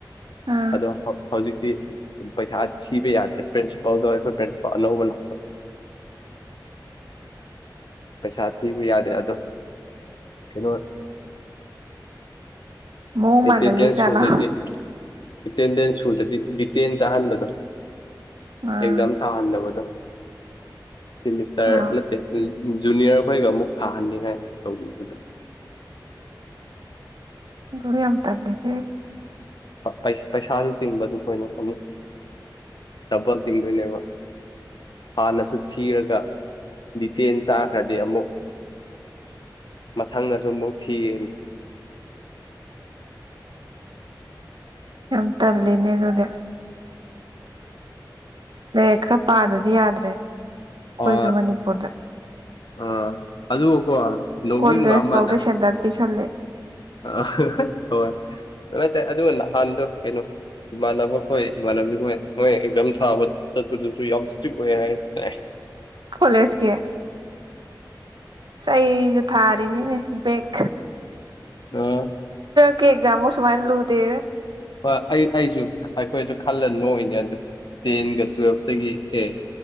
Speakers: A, on the right; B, on the left.
A: ꯑꯥ
B: ꯑꯗꯣ ꯍꯧꯖꯤꯛꯇꯤ ꯄꯩꯁꯥ ꯊꯤꯕ ꯌꯥꯗ꯭ꯔꯦ ꯄ꯭ꯔꯤꯟꯁꯤꯄꯥꯜꯗꯣ ꯑꯩꯈꯣꯏ ꯅꯧꯕ ꯂꯥꯛꯄ ꯄꯩꯁꯥ ꯊꯕꯨ ꯌꯥꯗ ꯌꯥꯗꯣ ꯀꯩꯅꯣ
A: ꯃꯑꯣꯡ
B: ꯑꯦꯇꯦꯟꯗ꯭ꯔꯦꯟꯁ
A: ꯃꯥꯜꯍꯜꯂꯤ ꯖꯥꯠꯂꯥ
B: ꯍꯗꯗꯤ ꯑꯦꯇꯦꯟꯗꯦꯟ ꯁꯨꯗꯗꯤ ꯗꯤꯇꯦꯟ ꯆꯥꯍꯟꯕꯗꯣ
A: ꯑꯥ
B: ꯑꯦꯛꯖꯥꯝ ꯊꯥꯍꯟꯗꯕꯗꯣ ꯁꯤꯃꯤꯁꯇꯔ
A: ꯑꯥ
B: ꯅꯠꯇꯦ ꯖꯨꯅꯤꯌꯔꯈꯩꯒ ꯑꯃꯨꯛ ꯊꯥꯍꯟꯅꯤꯡꯉꯥꯏ ꯇꯧꯕꯤꯕꯗ
A: ꯒ ꯌꯥꯝ ꯇꯜꯂꯤꯁꯦ
B: ꯄꯩꯁꯥꯁꯨ ꯇꯤꯡꯕꯗꯨ ꯑꯩꯈꯣꯏꯅ ꯑꯃꯨꯛ ꯗꯕꯜ ꯇꯤꯡꯗꯣꯏꯅꯦꯕ ꯍꯥꯟꯅꯁꯨ ꯊꯤꯔꯒ ꯗꯤꯇꯦꯟ ꯆꯥꯈ꯭ꯔꯗꯤ ꯑꯃꯨꯛ ꯃꯊꯪꯗꯁꯨ ꯑꯃꯨꯛ ꯊꯤꯒꯅꯤ
A: ꯌꯥꯝ ꯇꯜꯂꯤꯅꯦ ꯑꯗꯨꯗꯤ ꯂꯥꯏꯔꯤꯛ ꯈꯔ ꯄꯥꯗꯗꯤ ꯌꯥꯗ꯭ꯔꯦ ꯑꯩꯈꯣꯏꯁꯨ
B: ꯑꯣ
A: ꯃꯅꯤꯄꯨꯔꯗ
B: ꯑꯥ ꯑꯗꯨꯀꯣ ꯂꯧꯅꯤꯡꯕ
A: ꯀꯣꯂꯦꯖ
B: ꯑꯃꯅ
A: ꯐꯥꯎꯗ ꯁꯦꯟꯇꯔ ꯄꯤꯁꯜꯂꯦ
B: ꯑ ꯍꯣꯏ ꯑꯗꯨꯥꯏ ꯇꯔꯦ ꯑꯗꯨꯒ ꯅꯍꯥꯟꯗꯣ ꯀꯩꯅꯣ ꯏꯃꯥꯟꯅꯕ ꯍꯣꯏ ꯏꯃꯥꯟꯅꯕꯤ ꯍꯣꯏ ꯃꯣꯏ ꯑꯦꯛꯖꯥꯝ ꯊꯥꯕ ꯆꯠꯄꯗꯨꯁꯨ ꯌꯥꯝ ꯏꯁꯇ꯭ꯔꯤꯛ ꯑꯣꯏ ꯍꯥꯏ ꯇ
A: ꯀꯣꯂꯦꯖꯀꯤ ꯏꯁꯩꯁꯨ ꯊꯥꯔꯤꯅꯤꯅꯦ ꯕꯦꯛ
B: ꯑꯥ
A: ꯑꯦꯛꯖꯝ ꯑꯣ ꯁꯨꯃꯥꯏꯅ ꯂꯨꯗꯦ
B: ꯍꯣꯏ ꯑꯩ ꯑꯩꯁꯨ ꯑꯩꯈꯣꯏꯁꯨ ꯈꯜꯂ ꯅꯣꯏꯅꯦ ꯑꯗꯨ ꯇꯦꯟꯒ ꯇꯨꯋꯦꯜꯐꯇꯒꯤ ꯑꯦ